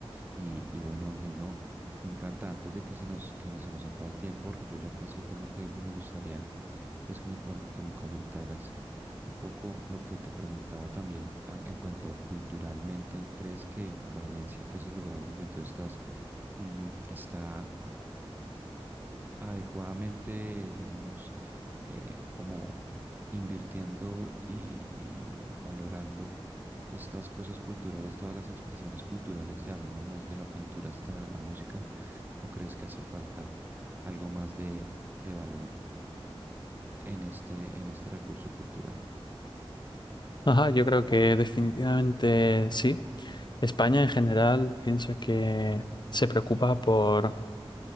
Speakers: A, on the right; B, on the left.
A: Y, y bueno, Ángel, no, me encanta, antes de que se nos, que se nos acabe el tiempo, porque yo ya casi tengo que irme, me gustaría pues que me, con- que me comentaras un poco lo que te preguntaba también a- en cuanto a culturalmente, ¿crees que Valencia, que es el lugar donde tú estás, mm, está adecuadamente, digamos, eh, como invirtiendo y, y valorando estas cosas culturales, todas las expresiones culturales, llamémoslo desde la pintura hasta la música, o crees que hace falta algo más de, de valor en este, en este recurso cultural?
B: Ajá, yo creo que definitivamente sí. España en general pienso que se preocupa por,